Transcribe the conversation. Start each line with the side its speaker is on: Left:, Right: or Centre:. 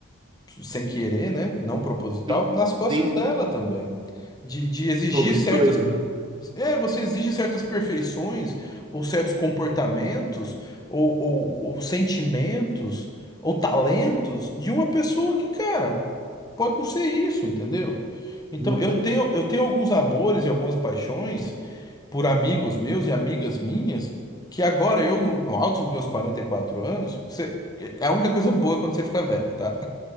Left: sem querer, né? Não proposital,
Right: Uhum.
Left: nas costas
Right: Sim, sim.
Left: dela também. De, de exigir
Right: Pô, muito
Left: certas
Right: doido, né?
Left: é, você exige certas perfeições, ou certos comportamentos, ou, ou, ou sentimentos, ou talentos de uma pessoa que, cara, pode não ser isso, entendeu? Então,
Right: Uhum.
Left: eu tenho, eu tenho alguns amores e algumas paixões por amigos meus e amigas minhas, que agora eu, no no alto dos meus 44 anos, você, é a única coisa boa quando você fica velho, tá?